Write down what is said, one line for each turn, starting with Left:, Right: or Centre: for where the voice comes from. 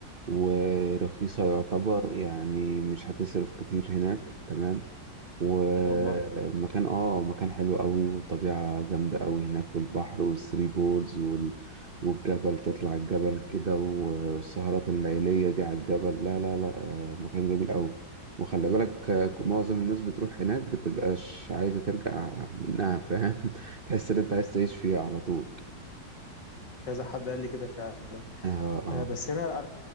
Right: ورخيصة يعتبر يعني مش هتصرف كتير هناك تمام ومكان
Left: والله
Right: اه مكان حلو قوي والطبيعة جامدة قوي هناك والبحر والثري بولز وال... والجبل تطلع الجبل كده والسهرات الليلية دي على الجبل لا لا لا آه، مكان جميل قوي وخلي بالك آه، معظم الناس بتروح هناك بتبقاش عايزة ترجع منها فاهم <laughs> تحس ان انت عايز تعيش فيها على طول
Left: كذا حد قال لي كده فعلا
Right: اه اه
Left: آه، بس انا